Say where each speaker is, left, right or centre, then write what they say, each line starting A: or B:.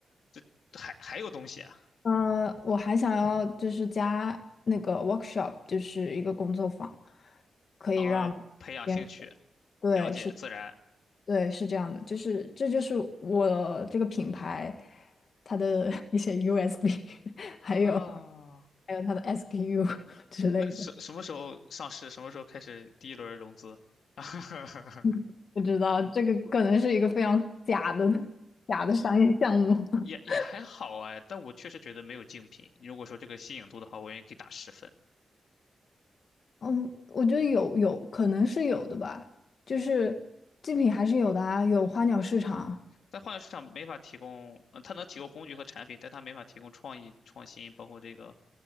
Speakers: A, on the left; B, on the left.
A: 这还还有东西啊，
B: 呃，我还想要就是加那个 workshop，就是一个工作坊，可以让
A: 然后培养兴趣，
B: 别人，对，
A: 了解自然
B: 是，对，是这样的，就是这就是我这个品牌它的 <laughs> 一些 USB，<laughs> 还有
A: 啊。
B: 还有它的 SKU 之类的。
A: 那什什么时候上市？什么时候开始第一轮融资？<laughs>
B: <laughs> 不知道，这个可能是一个非常假的 <laughs> 假的商业项目。
A: 也也还好哎，
B: <laughs>
A: 但我确实觉得没有竞品。如果说这个吸引度的话，我愿意给打十分。
B: 嗯，我觉得有有可能是有的吧，就是竞品还是有的啊，有花鸟市场
A: 在换流市场没法提供，呃，它能提供工具和产品，但它没法提供创意、创新，包括这个